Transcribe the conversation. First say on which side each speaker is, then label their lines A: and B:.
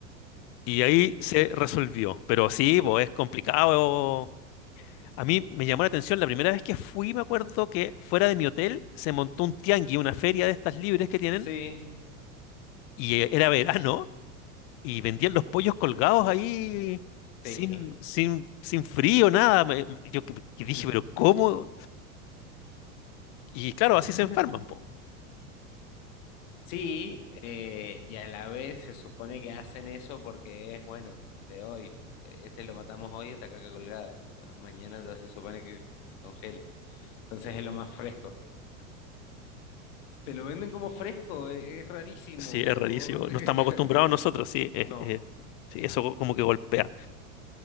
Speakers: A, on the left; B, on the left.
A: Y ahí
B: es
A: se
B: loco.
A: resolvió. Pero sí, pues es complicado. A mí me llamó la atención la primera vez que fui, me acuerdo que fuera de mi hotel se montó un tianguis, una feria de estas libres que tienen,
B: Sí,
A: y eh, era verano, y vendían los pollos colgados ahí
B: sí.
A: sin, sin, sin frío, nada. Me- yo que- que
B: ujú.
A: dije, pero ¿cómo? Y claro,
B: <laughs>
A: así se enferman, pues.
B: Sí, eh, y a la vez se supone que hacen eso porque es bueno, de hoy. Eh, Este lo matamos hoy, está acá colgado. O sea, mañana ya se supone que se congela. Entonces es lo más fresco. te lo venden como fresco, e- es, rarísimo,
A: Sí, es
B: porque
A: rarísimo.
B: vos <laughs>
A: No
B: que
A: estamos
B: está-
A: acostumbrados
B: que-
A: nosotros, sí. es-
B: no,
A: es- sí, eso go- como que golpea.